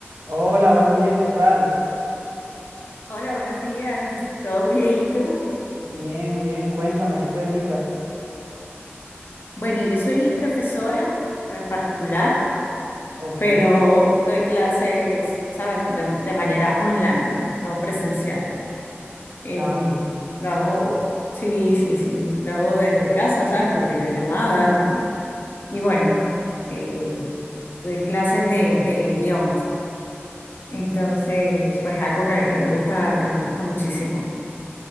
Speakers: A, on the right (about 75°); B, on the left (about 50°).
A: Hola, buenos días, ¿qué tal?
B: Hola, buenos días. ¿Todo bien? ¿Y tú?
A: Bien, bien, cuéntame, ¿a qué te dedicas?
B: Bueno, yo soy profesora eh, particular,
A: Ok,
B: pero doy clases, ¿sabes? De, de manera online, no, no presencial. Eh,
A: ah, bien,
B: lo hago, sí, sí, sí, lo hago desde casa, ¿sabes? Por videollamadas. Y, y bueno, eh, doy clases de, de idiomas. Entonces, pues algo que, que me gusta, que me gusta muchísimo,